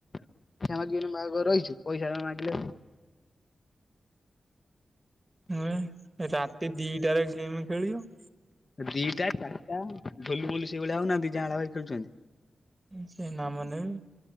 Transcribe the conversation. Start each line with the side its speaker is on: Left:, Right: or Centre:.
Left: <unintelligible> ରହିଛୁ ପଇସା ମାଗି
Right: ହୁଁ ରାତି ଦିଟାରେ ଗେମ୍ ଖେଳିବ।
Left: ଦିଟା ଚାରିଟା ଢୋଲୁ ମୋଲୁ ସେଇଭଳିଆ ହଉ ନାହାନ୍ତି ଜାଁଳା ଭାଇ ଖେଳୁଚନ୍ତି।
Right: ସେ ନାମ ନେବେ।